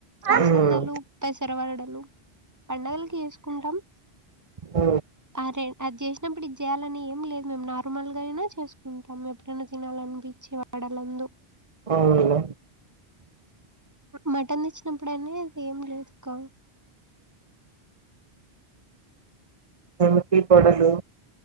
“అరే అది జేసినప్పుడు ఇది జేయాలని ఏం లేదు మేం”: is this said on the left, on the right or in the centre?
Right